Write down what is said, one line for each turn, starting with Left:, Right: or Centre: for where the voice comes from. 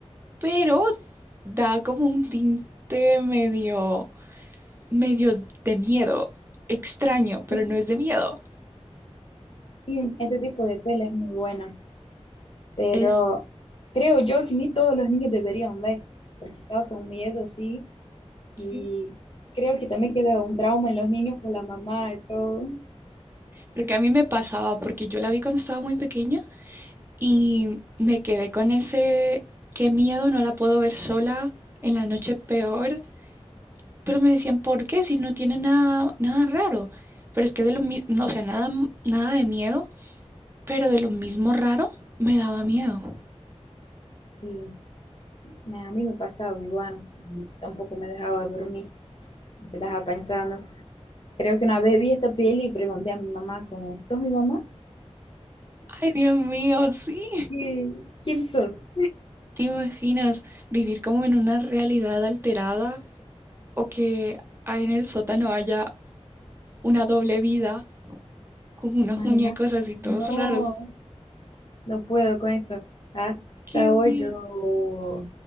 Right: pero da como un tinte medio, medio de miedo. Extraño, pero
Left: Sí,
Right: no es de miedo.
Left: sí, este tipo de tela es muy buena, pero
Right: Es,
Left: creo yo que ni todos los niños deberían ver, porque causa un miedo, sí, y
Right: sí.
Left: creo que también queda un trauma en los niños por la mamá y todo.
Right: Creo que a mí me pasaba porque yo la vi cuando estaba muy pequeña y me quedé con ese, qué miedo, no la puedo ver sola en la noche peor. Pero me decían, ¿por qué? Si no tiene nada, nada raro. Pero es que de lo mismo, o sea, nada, nada de miedo, pero de lo mismo raro me daba miedo.
Left: Sí. Me- A mí me pasaba igual, tampoco me dejaba dormir, me quedaba pensando. Creo que una vez vi esta peli y pregunté a mi mamá como, ¿sos mi mamá?
Right: Ay, Dios mío, sí.
Left: ¿Qué- ¿Quién sos?
Right: ¿Te imaginas vivir como en una realidad alterada o que ahí en el sótano haya una doble vida con unos
Left: Imagina,
Right: muñecos así todos
Left: no,
Right: raros?
Left: no puedo con eso. Hasta
Right: Qué miedo.
Left: hoy yo